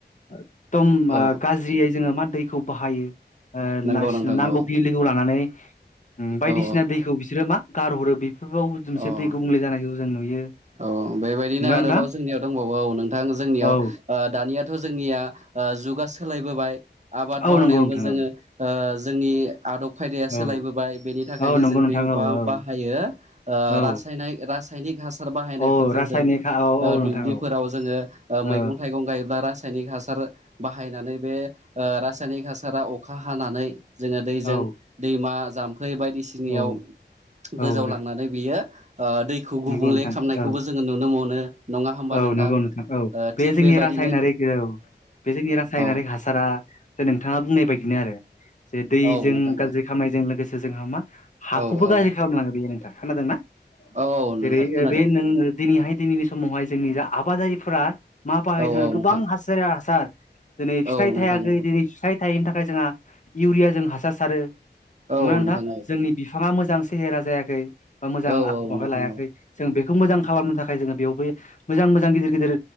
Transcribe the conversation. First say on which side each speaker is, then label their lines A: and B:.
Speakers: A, on the left; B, on the right.
A: एकदम
B: औ
A: ओ गाज्रियै जोङो मा दैखौ बाहायो ओ
B: नंगौ नोंथां
A: नांगौखिनि
B: औ
A: दैखौ लानानै बायदिसिना
B: औ
A: दैखौ बिसोरो मा गारहरो बे <unintelligible> मोनसे
B: औ
A: दै गुबुंले जानायखौ जों नुयो
B: औ बेबायदिनो
A: नंगौना
B: आरोबाव
A: नोंथां
B: जोंनियाव दंबावो औ नोंथां जोंनियाव
A: औ
B: ओ दानियाथ' जोंनिया जुगा सोलायबोबाय आबाद
A: औ
B: मावनायावबो
A: नंगौ नोंथां
B: जोङो
A: औ
B: ओ जोंनि आदब खायदाया सोलायबोबाय
A: औ
B: बेनि थाखायनो
A: औ नंगौ
B: जोंनियाव
A: नोंथां
B: बा
A: औ औ
B: बाहायो ओ
A: औ
B: रासायनाय रासायनिक हा सार बाहायनायफोरजों
A: औ रासायनिक
B: जों
A: हा- औ
B: ओ
A: औ नोंथां
B: दुब्लिफोराव
A: औ
B: जोङो ओ
A: औ
B: मैगं थाइगं गायोब्ला रासायनिक हास सार बाहायनानै बे ओ रासायनिक हासारा अखा हानानै जोङो दैजों
A: औ
B: दैमा जाम्फै बायदिसिनायाव
A: औ औ
B: गोजाव लांनानै बियो ओ दै खौ गुबुंले
A: नंगौ नोंथां
B: खालामामनायखौबो
A: औ
B: जोङो नुनो मोनो नङा होमबा
A: औ नंगौ नोंथां औ
B: ओ
A: बे
B: थिग
A: जोंनि
B: बेबायदिनो
A: रासायनारिक औ बे जोंनि रासायनारिक
B: औ
A: हासारा जे नोंथाङा बुंनाय बायदिनो आरो जे दैजों
B: औ नोंथां
A: गाज्रि
B: औ
A: खामायजों लोगोसे जोंहा मा हाखौबो
B: औ औ
A: गाज्रि खालामलाङो बेयो नोंथां खोनादोंना
B: औ औ
A: जेरै
B: नोंथां खोनादों
A: बे नों दिनैहाय दिनैनि समावहाय जोंनि जा आबादारिफोरा मा बाहायो
B: औ
A: जोंहा
B: औ
A: गोबां
B: नोंथां
A: हासारै हासार दिनै फिथाइ
B: औ नोंथां
A: थायाखै
B: नंगौ
A: दिनै फिथाइ थायैनि थाखाय जोंहा इउरिया जों हासार सारो नंगौना
B: औ
A: नोंथां
B: औ
A: जोंनि बिफाङा मोजां सेहेरा जायाखै बा मोजां
B: औ
A: आख'
B: औ
A: माबा
B: नोंथां
A: लायाखै
B: औ
A: जों बेखौ मोजां खालामनो थाखाय जोङो बेयावबो मोजां मोजां गिदिर गिदिर